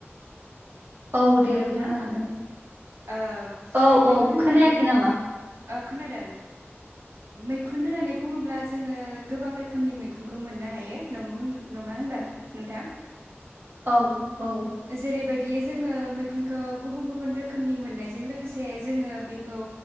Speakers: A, on the right (about 45°); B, on the right (about 70°).
A: औ
B: हेलौ
A: दे
B: नोंथां
A: बुंनो हागोन।
B: ओ
A: औ
B: मैखुन
A: औ
B: होननानै
A: खोनायाखै नामा
B: ओ खोनादों मैखुन होननानै बुङोब्ला जोङो गोबां रोखोमनि मैखुनखौ मोननो हायो नंगौ नङा होनबा नोंथां।
A: औ औ
B: जेरैबायदि जोङो मैखुनखौ गुबुन-गुबुन रोखोमनि मोननायजों लोगोसे जोङो बेखौ